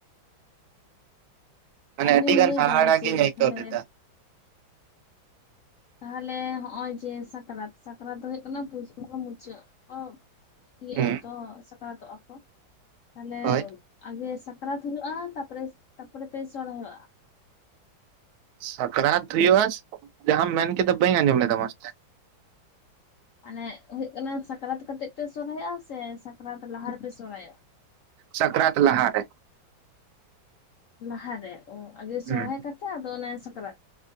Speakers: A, on the right; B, on the left.
A: ᱢᱟᱱᱮ
B: ᱟᱫᱚᱤᱧ
A: ᱟᱹᱰᱤ ᱜᱟᱱ
B: ᱞᱟᱹᱭᱫᱟ
A: ᱦᱟᱦᱟᱲᱟ
B: ᱡᱮ
A: ᱜᱤᱧ ᱟᱹᱭᱠᱟᱹᱣ
B: ᱛᱟᱦᱚᱞᱮ
A: ᱞᱮᱫᱟ
B: ᱛᱟᱦᱚᱞᱮ ᱦᱚᱜ ᱚᱭ ᱡᱮ ᱥᱟᱠᱨᱟᱛ ᱥᱟᱠᱨᱟᱛ ᱫᱚ ᱦᱩᱭᱩᱜ ᱠᱟᱱᱟ ᱯᱩᱥ ᱵᱚᱸᱜᱟ ᱢᱩᱪᱟᱹᱫ ᱠᱚ ᱤᱭᱟᱹᱜ
A: ᱦᱩᱸ
B: ᱟᱛᱚ ᱥᱟᱠᱨᱟᱛᱚᱜᱼᱟ ᱠᱚ, ᱛᱟᱦᱞᱮ
A: ᱦᱳᱭ
B: ᱟᱜᱮ ᱥᱟᱠᱨᱟᱛ ᱦᱩᱭᱩᱜᱼᱟ ᱛᱟᱯᱚᱨᱮ ᱛᱟᱯᱚᱨᱮ ᱯᱮ ᱥᱚᱨᱦᱟᱭᱚᱜᱼᱟ᱾
A: ᱥᱟᱠᱨᱟᱛ ᱦᱩᱭᱩᱜᱼᱟ ᱡᱟᱦᱟᱸᱟᱢ ᱢᱮᱱ ᱠᱮᱫᱟ ᱵᱟᱹᱧ ᱟᱸᱡᱚᱢ ᱞᱮᱫᱟ ᱢᱚᱸᱥᱛᱮ᱾
B: ᱢᱟᱱᱮ ᱦᱳᱭᱳᱜ ᱠᱟᱱᱟ ᱥᱟᱠᱨᱟᱛ ᱠᱟᱛᱮᱜ ᱯᱮ ᱥᱚᱨᱦᱟᱭᱚᱜᱼᱟ? ᱥᱮ ᱥᱟᱠᱨᱟᱛ ᱞᱟᱦᱟᱨ ᱨᱮᱯᱮ ᱥᱚᱨᱦᱟᱭᱚᱜᱼᱟ?
A: ᱥᱟᱠᱨᱟᱛ ᱞᱦᱟᱨᱮ᱾
B: ᱞᱟᱦᱟᱨᱮ ᱚ, ᱟᱜᱮ ᱥᱚᱨᱚᱦᱟᱭ
A: ᱦᱩᱸ
B: ᱠᱟᱛᱮᱜ ᱟᱫᱚ ᱚᱱᱮ ᱥᱟᱠᱨᱟᱛ?